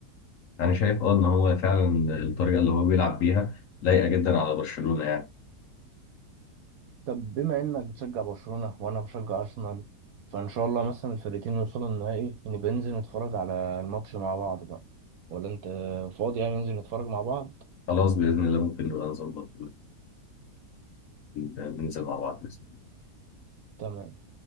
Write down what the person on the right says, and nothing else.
طب بما انك بتشجع برشلونة وانا بشجع ارسنال فان شاء الله مثلا الفرقتين يوصلوا النهائي نبقى ننزل نتفرج على الماتش مع بعض بقى ولا انت فاضي يعني ننزل نتفرج مع بعض
تمام